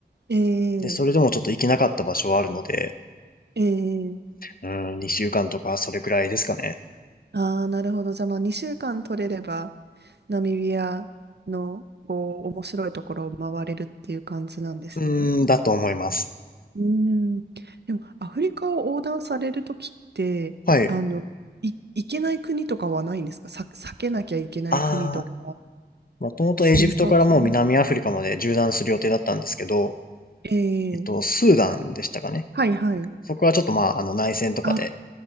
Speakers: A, on the right; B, on the left.
A: ええ
B: で、それでもちょっと行けなかった場所はあるので、
A: ええ
B: うん、2週間とかそれくらいですかね。
A: ああー、なるほど。じゃあ、まあ、2週間取れれば、ナミビアのこう面白いところを回れるっていう感じなんですね。
B: うん、だと思います。
A: うん。でも、アフリカを横断されるときって、
B: はい。
A: あの、い、行けない国とかはないんですかさ、避けなきゃいけない国とか、
B: ああ、もともとエジプトからもう南アフリカまで縦断する予定だったんですけど、
A: 戦争中。ええ
B: えっと、スーダンでしたかね。
A: はいはい。
B: そこはちょっとまあ、あの内戦とかで、
A: あ